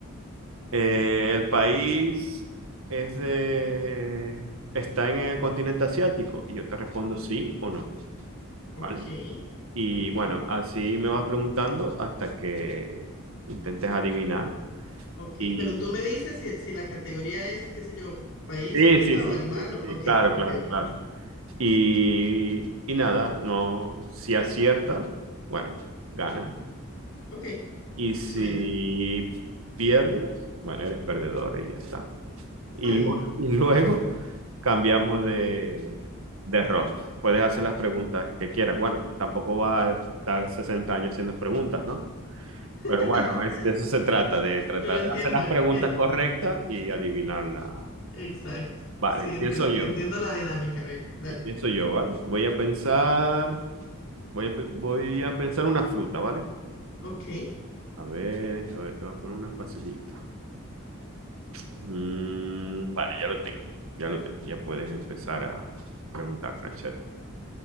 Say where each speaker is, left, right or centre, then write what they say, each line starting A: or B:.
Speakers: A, on the right (about 80°); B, on the left (about 60°).
A: eh, ¿el país es de, está en el continente asiático? Y yo te respondo sí o no,
B: Ok,
A: ¿vale? Y
B: ok,
A: bueno, así me vas preguntando hasta que intentes adivinar.
B: ok.
A: y
B: Pero tú me dices si, si la categoría es, qué sé yo, país,
A: Sí,
B: fruta
A: sí, sí,
B: o animal.
A: sí,
B: o-
A: sí,
B: Ok,
A: claro,
B: ok,
A: claro,
B: ok.
A: claro. Y, y nada, no, si acierta, bueno, gana.
B: Ok,
A: Y si
B: suena.
A: pierdes, bueno, eres perdedor y ya está. Y,
B: Está bien.
A: lu- y luego cambiamos de, de rol. Puedes hacer las preguntas que quieras. Bueno, tampoco vas a estar 60 años haciendo preguntas, ¿no?
B: <laughs>
A: Pero bueno, es- de eso se trata, de tratar
B: Pero entiendo,
A: de hacer las preguntas
B: en-
A: correctas y adivinarlas.
B: exacto.
A: Vale,
B: Sí,
A: empiezo
B: entiendo,
A: yo.
B: entiendo la dinámica. A ver, dale.
A: Pienso yo, ¿vale? Voy a pensar, voy a, pe- voy a pensar una fruta, ¿vale?
B: Ok,
A: A ver, a ver, te voy a poner una facilita. Mm, vale, ya lo tengo, ya lo tengo, ya puedes empezar a preguntar, Franchella.